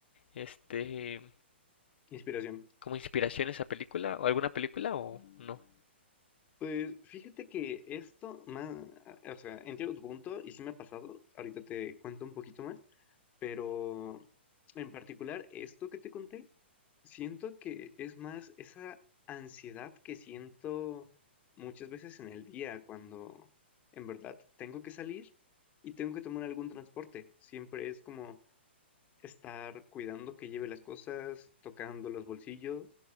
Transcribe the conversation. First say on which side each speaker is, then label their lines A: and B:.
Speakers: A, on the left; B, on the left.
A: este
B: Inspiración.
A: como inspiración esa película o alguna película o no
B: Pues fíjate que esto, más, o sea, entiendo tu punto y sí me ha pasado, ahorita te cuento un poquito más, pero en particular esto que te conté, siento que es más esa ansiedad que siento muchas veces en el día cuando en verdad tengo que salir y tengo que tomar algún transporte. Siempre es como estar cuidando que lleve las cosas, tocando los bolsillos